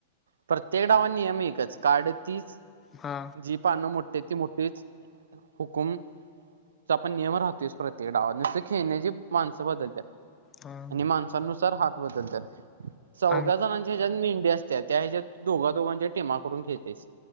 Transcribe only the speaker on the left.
हा
हा
आणि